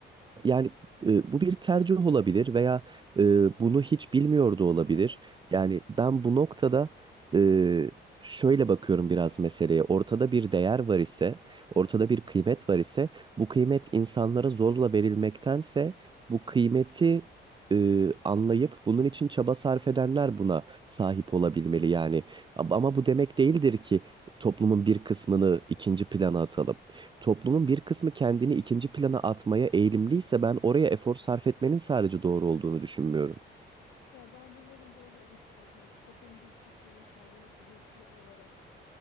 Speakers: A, on the right; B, on the left.
A: yani e, bu bir tercih olabilir veya e, bunu hiç bilmiyor da olabilir.
B: Evet.
A: Yani ben bu noktada e, şöyle bakıyorum biraz meseleye. Ortada bir değer var ise, ortada bir kıymet var ise, bu kıymet insanlara zorla verilmektense bu kıymeti e, anlayıp bunun için çaba sarf edenler buna sahip olabilmeli yani. Ama ama bu demek değildir ki toplumun bir kısmını ikinci plana atalım toplumun bir kısmı kendini ikinci plana atmaya eğilimliyse ben oraya efor sarf etmenin sadece doğru olduğunu düşünmüyorum.
B: Ya ben bunların böyle insan yani o toplumun bir kısmının kendini bilinçli olarak